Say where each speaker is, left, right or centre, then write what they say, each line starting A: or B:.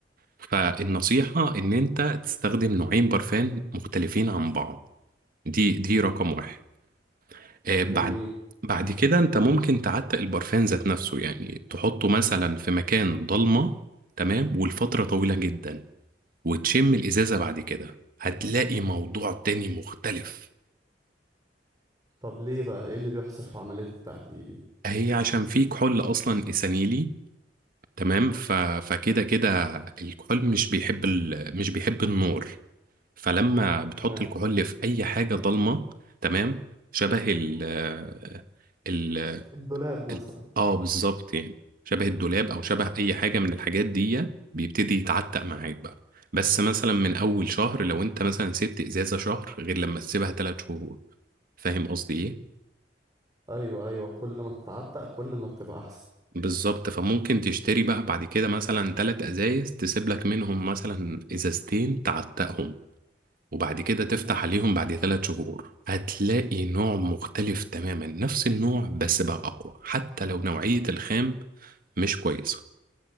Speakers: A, on the right; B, on the right.
A: فالنصيحة ان انت تستخدم نوعين برفان مختلفين عن بعض دي دي رقم واحد آه، بعد
B: جميل
A: بعد كده انت ممكن تعتق البرفان ذات نفسه يعني تحطه مثلا في مكان ضلمة تمام والفترة طويلة جدا وتشم الإزازة بعد كده هتلاقي موضوع تاني مختلف
B: طب ليه بقى ايه اللي بيحصل في عمليه التعتيق دي
A: هي عشان في كحول أصلا إسانيلي تمام ف... فكده كده الكحول مش بيحب ال... مش بيحب النور فلما بتحط
B: تمام
A: الكحول في أي حاجة ضلمة تمام شبه ال... آه، ال...
B: الدولاب مثلا
A: ال- اه بالظبط يعني شبه الدولاب او شبه اي حاجه من الحاجات دي بيبتدي يتعتق معاك بقى بس مثلا من اول شهر لو انت مثلا سبت ازازه شهر غير لما تسيبها ثلاث شهور فاهم قصدي ايه
B: ايوه ايوه كل ما تتعتق كل ما بتبقى احسن
A: بالظبط فممكن تشتري بقى بعد كده مثلا ثلاث ازايز تسيب لك منهم مثلا ازازتين تعتقهم وبعد كده تفتح عليهم بعد ثلاث شهور هتلاقي نوع مختلف تماما نفس النوع بس بقى اقوى حتى لو نوعيه الخام مش كويسه